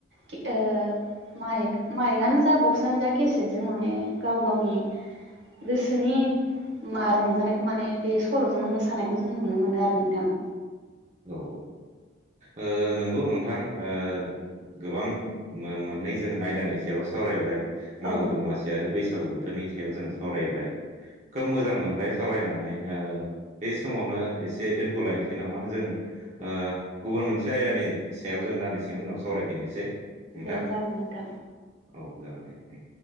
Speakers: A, on the right (about 65°); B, on the right (about 35°).
A: खि ओ माइक माइकआनो जा बक्सआानो जा केसेटजों माने गाव गावनि गोसोनि मा रंजानायखौ माने बे सल'जोंनो मोसानायखौ जों नुनो मोनो आरो नोंथां
B: औ औ ओ नंगौ नों थां ओ गोबां मोननै जों आयदानि सायाव सावरायबाय मागो
A: औ
B: दमासि आरो बैसागु बोथोरनि सायाव जों सावरायबाय खोब मोजां मोनबाय सावरायनानै बे समावनो एसे दोनथ'लायनोसै नामा जों ओ गुबुन मोनसे आयदानि सायाव जों दान्दिसेनि उनाव सावरायफिननोसै नोंथा
A: दे जागोन नोंथां।
B: औ जागोन दे